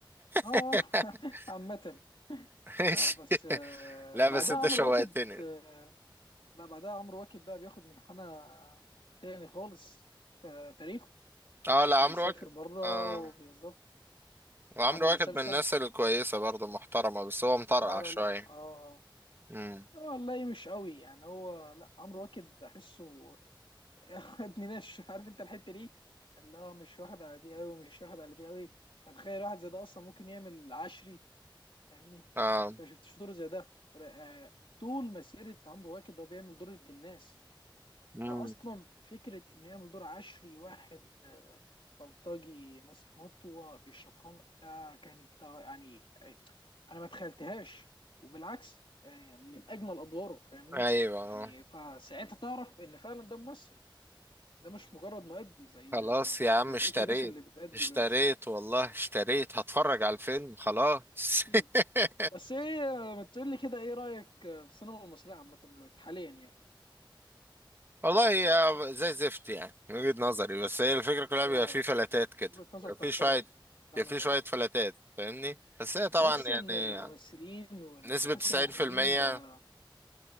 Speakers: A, on the left; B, on the right.
A: اه
B: <laughs>
A: <laughs> عامه
B: ماشي
A: لا بس آه،
B: لا
A: وبعدها
B: بس انت
A: عمرو
B: شوقتني
A: واكد آه، لا بعدها عمرو واكد بقى بياخد منحنى تاني خالص في تاريخه
B: اه لا عمرو
A: بيسافر
B: واكد
A: بره
B: اه
A: بالظبط
B: وعمرو
A: عمل
B: واكد
A: مسلسل
B: من الناس الكويسة برضه محترمة بس هو مطرقع
A: اه لا
B: شوية
A: لا اه آه،
B: امم
A: آه، والله مش قوي يعني هو لا عمرو واكد بحسه <laughs> ابن ناس عارف انت الحته دي اللي هو مش واخد على دي قوي مش واخد على دي قوي فتخيل واحد زي ده اصلا ممكن يعمل عشري فاهمني انت
B: اه
A: ما شفتش دور زي ده آه، طول مسيره عمرو واكد هو بيعمل دور ابن الناس
B: امم
A: فاصلا فكره انه يعمل دور عشري واحد آه، بلطجي ماسك مطوه بيشرب خمر ده كانت آه، يعني انا ما تخيلتهاش وبالعكس آه، يعني من اجمل ادواره فاهمني
B: ايوه آه.
A: يعني فساعتها تعرف ان فعلا ده ممثل ده مش مجرد مؤدي زي
B: خلاص
A: آه،
B: يا عم
A: زي
B: اشتريت
A: بقيه الناس اللي بتأدي
B: اشتريت
A: دلوقتي
B: والله اشتريت هتفرج على الفيلم خلاص <laughs>
A: اكيد بس ايه آه، ما تقول لي كده ايه رايك آه، في السينما المصريه عامه دلوقتي حاليا يعني
B: والله هي زي زفت يعني من وجهة نظري بس هي الفكرة كلها
A: ده
B: بيبقى في فلاتات كده
A: وجهه نظر
B: بيبقى
A: تحترم
B: في شوية
A: فعلا
B: بيبقى
A: والله
B: في شوية فلاتات فاهمني بس هي طبعا
A: تحس ان
B: يعني
A: الممثلين وتحس
B: نسبة 90%
A: المخرجين بقى